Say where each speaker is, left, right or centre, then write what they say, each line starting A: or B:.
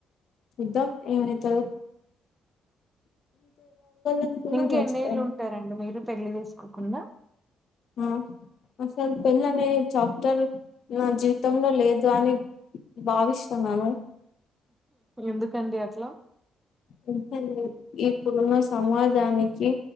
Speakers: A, on the left (about 65°); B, on the right (about 15°).
A: ఇద్దం ఏమైతదో అనుకున్నా
B: ఇంకెన్నేళ్ళు
A: మర్చిపోయినా
B: ఉంటారండి మీరు పెళ్లిి తీసుకోకుండా
A: ఆ అసల్ పిల్లనే చాప్ట్ర్ నా జీవితంలో లేదు అని భావిస్తున్నాను
B: ఎందుకండి అట్లా
A: ఇంకేంది ఇప్పుడున్న సమాజానికి